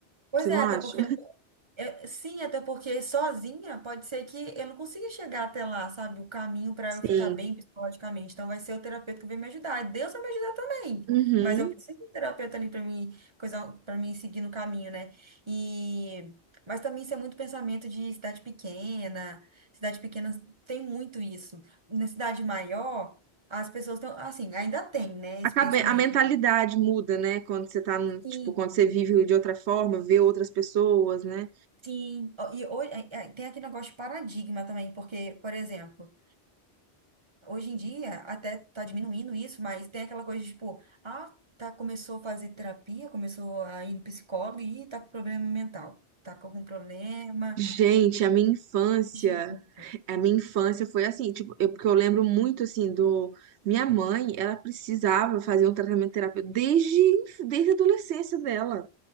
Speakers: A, on the right; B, on the right.
A: Pois
B: Você
A: é,
B: não acha?
A: até porque. eu não- é, sim, até porque sozinha pode ser que eu não consiga chegar até lá, sabe? O caminho para
B: Sim.
A: eu ficar bem psicologicamente. Então vai ser o terapeuta que vai me ajudar. E Deus vai me ajudar também.
B: Uhum.
A: Mas eu preciso de um terapeuta ali para mim, coisa, para mim seguir no caminho, né? E mas também isso é muito pensamento de cidade pequena. Cidade pequena tem muito isso. Na cidade maior, as pessoas estão assim, ainda tem, né, esse
B: A, cabe-
A: pensamento.
B: a mentalidade muda, né? Quando você tá, num- tipo,
A: Sim,
B: quando você vive de outra forma, vê outras pessoas, né?
A: Sim, ó, e ho- é- é, tem aquele negócio de paradigma também, porque, por exemplo, hoje em dia até tá diminuindo isso, mas tem aquela coisa de, tipo, ah, tá, começou a fazer terapia, começou a ir no psicólogo e tá com problema mental, tá com algum problema.
B: Gente, a minha infância,
A: Gente,
B: a minha infância foi assim, tipo, eu, porque eu lembro muito, assim, do... Minha mãe, ela precisava fazer um tratamento terapêutico desde, desde a adolescência dela.